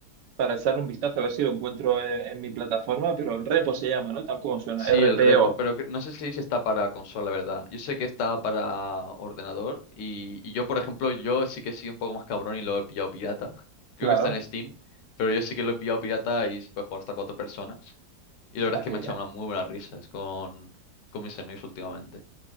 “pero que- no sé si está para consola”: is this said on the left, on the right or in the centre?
Left